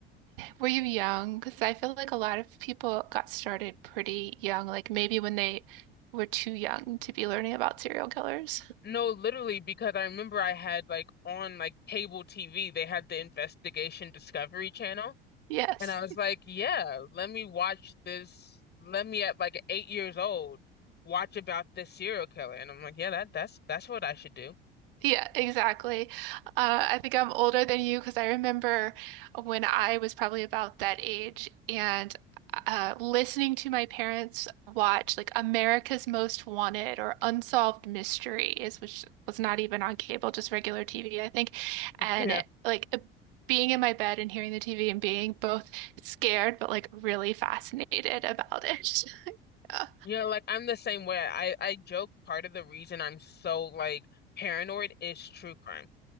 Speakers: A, on the right; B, on the left.
A: Were you young? Because I feel like a lot of people got started pretty young, like maybe when they were too young to be learning about serial killers.
B: No, literally, because I remember I had like on like cable TV, they had the Investigation Discovery Channel.
A: Yes.
B: And I was like, yeah, let me watch this. Let me at like eight years old watch about this serial killer. And I'm like, yeah, that that's that's what I should do.
A: Yeah, exactly. Uh, I think I'm older than you because I remember when I was probably about that age and uh, listening to my parents watch like America's Most Wanted or Unsolved Mysteries, which was not even on cable, just regular TV, I think. And
B: Yeah.
A: like uh, being in my bed and hearing the TV and being both scared but like really fascinated about it. <laughs> Yeah.
B: Yeah, like I'm the same way. I I joke part of the reason I'm so like paranoid is true crime.